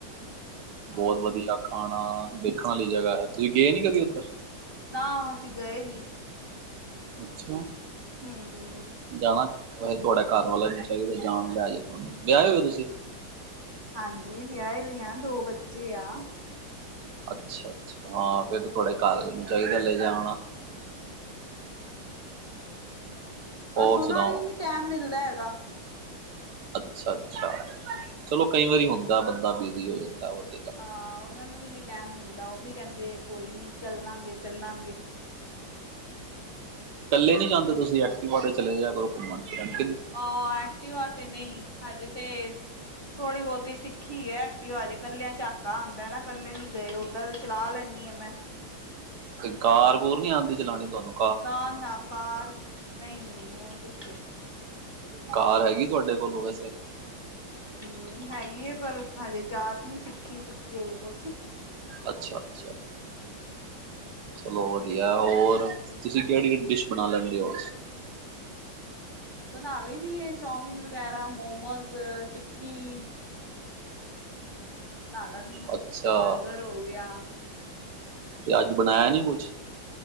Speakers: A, on the right; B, on the right.
A: ਅੱਛਾ,
B: ਬੋਤ ਵਧੀਆ ਖਾਣਾ, ਦੇਖਣ ਵਾਲੀ ਜਗ੍ਹਾ ਐ ਤੁਹੀਂ ਗਏ ਨੀ ਕਦੀ ਉੱਧਰ
A: ਨਾ ਅਸੀਂ ਗਏ ਨੀ।
B: ਅੱਛਾ।
A: ਹੂੰ।
B: ਜਾਣਾ, ਵੇਹੇ ਤੁਆਡਾ ਘਰ ਵਾਲਿਆਂ ਨੂੰ ਚਾਈਦਾ ਜਾਣ ਲੈ ਜੇ, ਵਿਆਏ ਹੋਏ ਓ ਤੁਸੀਂ?
A: ਹਾਂਜੀ, ਵਿਆਏ ਦੇ ਆਂ ਦੋ ਬੱਚੇ ਆ।
B: ਅੱਛਾ, ਅੱਛਾ। ਹਾਂ, ਫਿਰ ਤੁਆਡੇ ਘਰਆਲੇ ਨੂੰ ਚਾਈਦਾ ਲੈ ਜਾਣਾ।
A: ਬਸ
B: ਹੋਰ ਸੁਣਾਓ
A: ਓਨਾਂ ਨੂੰ ਈ ਨੀਂ ਟੈਮ ਮਿਲਦਾ ਹੈਗਾ।
B: ਅੱਛਾ, ਅੱਛਾ
A: ਹੋਰ।
B: ਚਲੋ, ਕਈ ਵਾਰੀ ਹੁੰਦਾ ਬੰਦਾ ਬਿਜੀ ਹੋ ਜਾਂਦਾ। ਵੱਡਾ
A: ਹਾਂ, ਓਨਾਂ ਨੂੰ ਵੀ ਨੀਂ ਟੈਮ ਮਿਲਦਾ, ਓ ਵੀ ਕੈਂਦੇ ਕੋਈ ਨੀਂ ਚੱਲਾਂਗੇ, ਚੱਲਾਂਗੇ। ਹੂੰ।
B: ਕੱਲੇ ਨੀਂ ਜਾਂਦੇ ਤੁਸੀਂ, ਐਕਟੀਵਾ ਤੇ ਚਲੇ ਜਿਆ ਕਰੋ ਘੁੰਮਣ-ਫਿਰਨ।
A: ਹਾਂ, ਐਕਟਿਵਾ ਤੇ ਨਈਂ, ਹਜੇ ਤੇ ਥੋੜੀ-ਬੋਤੀ ਸਿੱਖੀ ਏ ਐਕਟੀਵਾ ਅਜੇ ਕੱਲੇਆਂ ਝਾਕਾ ਆਂਦੈ ਨਾ ਕੱਲੇ ਨੀ ਗਏ ਓ ਤੇ ਚਲਾ ਲੈਂਨੀ ਆਂ ਮੈਂ।
B: ਕਾਰ-ਕੁਰ ਨੀ ਆਂਦੀ ਚਲਾਣੀ ਤੋਆਨੂੰ?
A: ਨਾ, ਨਾ ਕਾਰ ਨਈ, ਨਈ ਓ ਕਿਥੇ
B: ਕਾਰ ਹੈਗੀ ਤੋਆਡੇ ਕੋਲੋ ਵੈਸੇ?
A: ਹੂੰ, ਹੈਗੀ ਏ ਪਰ ਹਜੇ ਜਾਚ ਨੀ ਸਿੱਖੀ-ਸੁਖੀ ਹਜੇ ਕੋਛ।
B: ਅੱਛਾ, ਅੱਛਾ। ਚਲੋ ਵਧੀਆ ਹੋਰ, ਤੁਸੀ ਕੇੜੀ-ਕੇੜੀ ਡਿਸ਼ ਬਣਾ ਲੈਂਦੇ ਓ?
A: ਬਣਾ ਲਈ ਦੀ ਏ ਚੌਮਿਨ ਵਗੈਰਾ, ਮੋਮੋਜ਼, ਟਿੱਕੀ। ਬਣਾ ਲੈਂਦੀ ਆ
B: ਅੱਛਾ,
A: ਬਰਗਰ ਹੋ ਗਿਆ
B: ਤੇ ਅੱਜ ਬਣਾਏਆ ਨੀ ਕੁਛ?